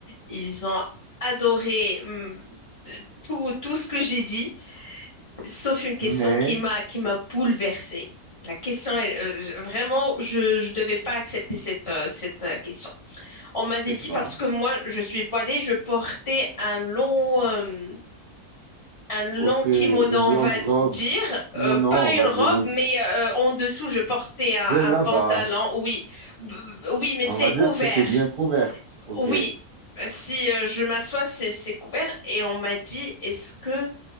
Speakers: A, on the left (about 25°); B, on the right (about 55°).
A: ils ont adoré hum, tout, tout ce que j'ai dit, sauf une question
B: Mais
A: qui m'a qui m'a bouleversée. La question est euh, vraiment, je je devais pas accepter cette euh, cette euh, question. On m'avait
B: c'est
A: dit
B: quoi?
A: parce que moi je suis voilée, je portais un long euh, un
B: Ok,
A: long
B: une
A: kimono, on
B: longue
A: va
B: robe.
A: dire,
B: Non,
A: Euh,
B: non,
A: pas
B: on
A: une
B: va
A: robe,
B: dire une
A: mais euh, en dessous, je portais un,
B: là-bas.
A: un pantalon, oui, B- b- oui, mais
B: On
A: c'est
B: va dire
A: ouvert,
B: que t'étais bien couverte. Ok.
A: oui. Si euh, je m'assois, c'est c'est couvert. Et on m'a dit, est-ce que